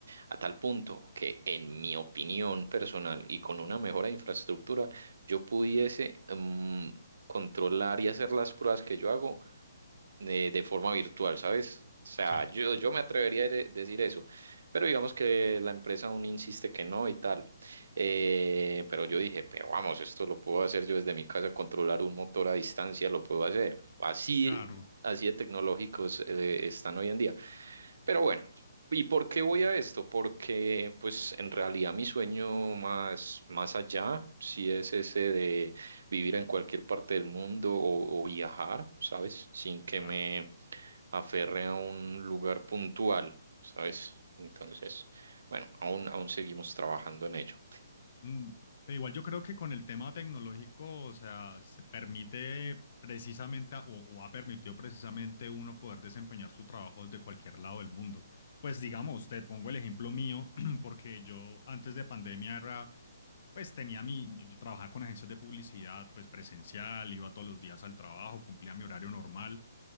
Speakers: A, on the right (about 65°); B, on the left (about 50°).
A: a tal punto que en mi opinión personal y con una mejora de infraestructura, yo pudiese mm, controlar y hacer las pruebas que yo hago de, de forma virtual, ¿sabes? O sea,
B: Sí,
A: yo, yo me atrevería a de- decir eso, pero digamos que la empresa aún insiste que no y tal. Eh, pero yo dije, pero vamos, esto lo puedo hacer yo desde mi casa, controlar un motor a distancia, lo puedo hacer. Así,
B: claro,
A: así de tecnológicos eh, están hoy en día. Pero bueno, ¿y por qué voy a esto? Porque pues en realidad mi sueño más, más allá, sí es ese de vivir en cualquier parte del mundo o, o viajar, ¿sabes? Sin que
B: claro.
A: me aferre a un lugar puntual, ¿sabes? Entonces, bueno, aún, aún seguimos trabajando en ello.
B: Mm, pero igual yo creo que con el tema tecnológico, o sea, se permite precisamente a- o, o ha permitido precisamente uno poder desempeñar su trabajo desde cualquier lado del mundo. Pues digamos, te pongo el ejemplo mío, <clears throat> porque yo antes de pandemia era, pues tenía mi, yo trabajaba con agencias de publicidad, pues presencial, iba todos los días al trabajo, cumplía mi horario normal